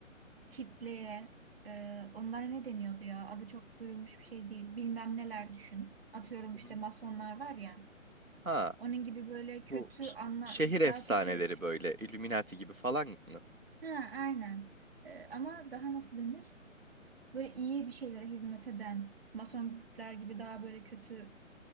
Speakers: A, on the right; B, on the right.
A: kitleye e, onlara ne deniyordu ya? Adı çok duyulmuş bir şey değil. Bilmem neler düşün. Atıyorum
B: Hı
A: işte
B: hı.
A: masonlar var ya.
B: Ha
A: Onun gibi böyle kötü
B: bu ş-
A: anla
B: şehir efsaneleri
A: daha kötü
B: böyle Illuminati gibi falan mı?
A: ha aynen. Ee, ama daha nasıl denir? Böyle iyi bir şeylere hizmet eden masonlar gibi daha böyle kötü